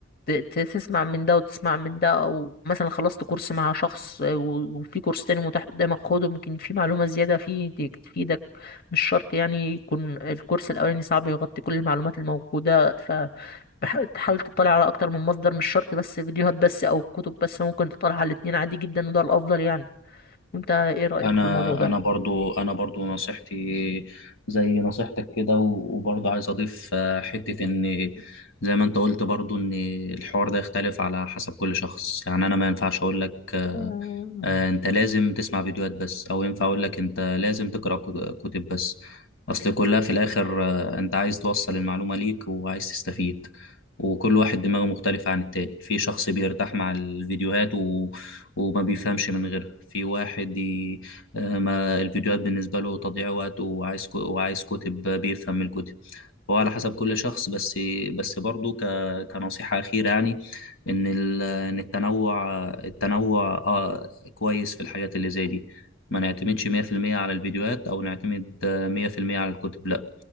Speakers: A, on the left (about 50°); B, on the left (about 75°).
A: ت- ت- تسمع من ده وتسمع من ده أو مثلا خلصت كورس مع شخص آه، و- وفي كورس تاني متاح قدامك خده ممكن في معلومة زيادة فيه ت- تفيدك مش شرط يعني يكون الكورس الأولاني صعب يغطي كل المعلومات الموجودة ف بح- تحاول تطلع على أكتر من مصدر مش شرط بس فيديوهات بس أو كتب بس ممكن تطلع على الاتنين عادي جدا وده الأفضل يعني وأنت إيه رأيك
B: انا
A: في الموضوع ده؟
B: انا برضو انا برضو نصيحتي زي نصيحتك كده و- وبرضو عايز اضيف آه، حتة ان زي ما انت قلت برضو ان الحوار ده يختلف على حسب كل شخص يعني انا ما ينفعش اقول لك آه،
A: آه،
B: آه، انت لازم تسمع فيديوهات بس او ينفع اقول لك انت لازم تقرأ كت- كتب بس اصل كلها في الاخر آه، انت عايز توصل المعلومة ليك وعايز تستفيد وكل واحد دماغه مختلفة عن التاني في شخص بيرتاح مع الفيديوهات و... وما بيفهمش من غيرها في واحد آه، ما الفيديوهات بالنسبة له تضييع وقت وعايز كو- وعايز كتب بيفهم من الكتب فهو على حسب كل شخص بس بس برضه ك... كنصيحة أخيرة يعني إن ال... إن التنوع التنوع آه كويس في الحاجات اللي زي دي ما نعتمدش 100% على الفيديوهات أو نعتمد آه، 100% على الكتب لا